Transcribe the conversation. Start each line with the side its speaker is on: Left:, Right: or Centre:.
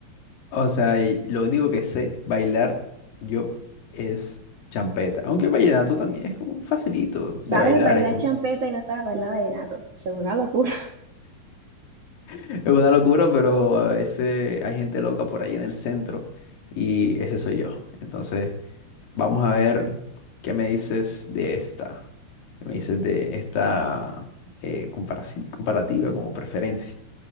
Left: o sea, y lo único que sé bailar yo es champeta. Aunque el vallenato también es como facilito
Right: ¿Sabes
Left: de bailar,
Right: bailar
Left: es como
Right: champeta y no sabes bailar vallenato? Eso es una locura. <laughs>
Left: es una locura, pero a veces hay gente loca por ahí en el centro y ese soy yo. Entonces, Vamos a ver qué me dices de esta. ¿Qué me dices de esta eh, comparaci- comparativa como preferencia?